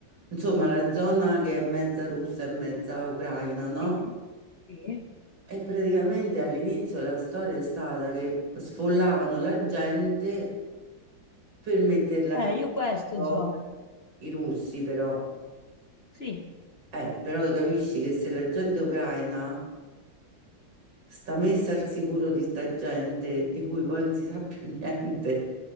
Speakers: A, on the right; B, on the left.
A: insomma la zona che è mezza russa e mezza ucraina, no?
B: Sì, sì.
A: E praticamente all'inizio la storia è stata che sfollavano la gente per metterla
B: Eh,
A: al
B: io questo
A: centro,
B: so.
A: i russi però.
B: Sì.
A: Eh, però capisci che se la gente ucraina sta messa al sicuro di sta gente di cui poi non si sa più <laughs> niente.